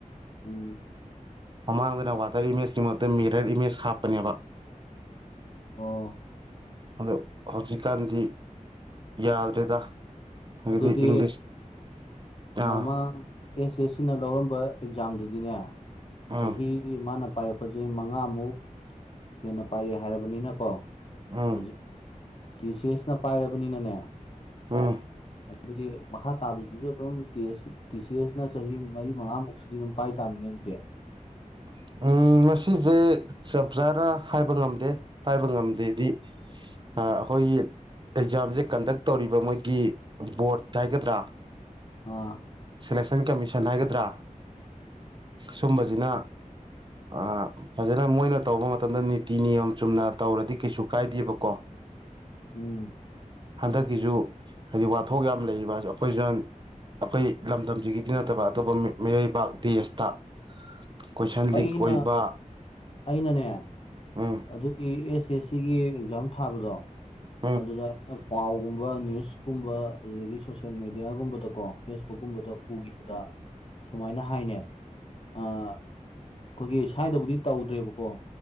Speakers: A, on the left; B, on the right.
A: ꯎꯝ
B: ꯃꯃꯥꯡꯗꯅ ꯋꯥꯇꯔ ꯏꯃꯦꯖꯅꯤ ꯃꯍꯨꯠꯇ ꯃꯤꯔꯔ ꯏꯃꯦꯖ ꯍꯥꯞꯄꯅꯦꯕ
A: ꯑꯣ
B: ꯑꯗꯣ ꯍꯧꯖꯤꯛꯀꯥꯟꯗꯤ ꯌꯥꯗ꯭ꯔꯦꯗ ꯍꯥꯏꯗꯤ
A: ꯑꯗꯨꯗꯤ
B: ꯏꯪꯂꯤꯁ ꯑꯥ
A: ꯃꯃꯥꯡ ꯑꯦꯁ ꯑꯦꯁ ꯁꯤꯅ ꯂꯧꯔꯝꯕ ꯑꯦꯛꯖꯥꯝꯗꯨꯗꯤꯅꯦ
B: ꯎꯝ
A: ꯆꯍꯤ ꯆꯍꯤ ꯃꯥꯅ ꯄꯥꯏꯔꯛꯄꯁꯦ ꯃꯉꯥꯃꯨꯛ ꯍꯦꯟꯅ ꯄꯥꯏꯔꯑꯦ ꯍꯥꯏꯔꯕꯅꯤꯅꯀꯣ
B: ꯎꯝ
A: ꯍꯧꯖꯤꯛ ꯇꯤ ꯁꯤ ꯑꯦꯁꯅ ꯄꯥꯏꯔꯕꯅꯤ ꯅꯅꯦ
B: ꯑꯝ
A: ꯑꯗꯨꯒꯤ ꯃꯈꯥ ꯇꯥꯕꯁꯤꯁꯨ ꯑꯗꯨꯝ ꯇꯁ ꯇꯤ ꯁꯤ ꯑꯦꯁꯅ ꯆꯍꯤ ꯃꯔꯤ ꯃꯉꯥꯃꯨꯛꯁꯤꯗꯤ ꯑꯗꯨꯝ ꯄꯥꯏ ꯇꯥꯃꯤꯅꯦ ꯗꯌꯥ
B: <unintelligible> ꯎꯝ ꯉꯁꯦ ꯆꯞ ꯆꯥꯅ ꯍꯥꯏꯕ ꯉꯝꯗꯦ ꯍꯥꯏꯕ ꯉꯝꯗꯦꯗꯤ ꯑ ꯑꯩꯈꯣꯏꯒꯤ ꯑꯦꯛꯖꯥꯝꯁꯦ ꯀꯟꯗꯛ ꯇꯧꯔꯤꯕ ꯃꯣꯏꯒꯤ ꯕꯣꯔꯗ ꯍꯥꯏꯒꯗ꯭ꯔꯥ
A: ꯑꯥ
B: ꯁꯦꯂꯦꯛꯁꯟ ꯀꯃꯤꯁꯟ ꯍꯥꯏꯒꯗ꯭ꯔꯥ ꯁꯨꯝꯕꯁꯤꯅ <unintelligible> ꯐꯖꯅ ꯃꯣꯏꯅ ꯇꯧꯕ ꯃꯇꯝꯗ ꯅꯤꯇꯤ ꯅꯤꯌꯣꯝ ꯆꯨꯝꯅ ꯇꯧꯔꯗꯤ ꯀꯩꯁꯨ ꯀꯥꯏꯗꯦꯕꯀꯣ
A: ꯎꯝ
B: ꯍꯟꯗꯛꯀꯤꯁꯨ ꯍꯥꯏꯗꯤ ꯋꯥꯊꯣꯛ ꯌꯥꯝ ꯂꯩꯔꯤꯕ ꯑꯩꯈꯣꯏꯁꯨ ꯑꯩꯈꯣꯏ ꯂꯝꯗꯝꯁꯤꯒꯤꯗꯤ ꯅꯠꯇꯕ ꯑꯇꯣꯞꯄ ꯃꯤꯔꯩꯕꯥꯛ ꯗꯦꯁꯇ ꯀꯣꯏꯁꯟ ꯂꯤꯛ
A: ꯑꯩꯅ
B: ꯑꯣꯏꯕ
A: ꯑꯩꯅꯅꯦ
B: ꯎꯝ
A: ꯑꯗꯨꯒꯤ ꯑꯦꯁ ꯑꯦꯁ ꯁꯤꯒꯤ ꯑꯦꯛꯖꯥꯝ ꯊꯥꯕꯗꯣ
B: ꯎꯝ ꯎꯝ ꯎꯝ ꯎꯝ ꯎꯝ ꯎꯝ
A: ꯑꯗꯨꯗ ꯑꯩꯅ ꯄꯥꯎꯒꯨꯝꯕ ꯅ꯭ꯌꯨꯁꯀꯨꯝꯕ ꯑꯗꯨꯗꯒꯤ ꯁꯣꯁꯌꯦꯦꯜ ꯃꯦꯗꯤꯌꯥꯒꯨꯝꯕꯗꯀꯣ ꯐꯦꯁꯕꯨꯛꯀꯨꯝꯕꯗ ꯎꯈꯤꯕꯗ ꯁꯨꯃꯥꯏꯅ ꯍꯥꯏꯅꯦ ꯑ ꯑꯩꯈꯣꯏꯒꯤ ꯁ꯭ꯋꯥꯏꯗꯕꯨꯗꯤ ꯇꯧꯗ꯭ꯔꯦꯕꯀꯣ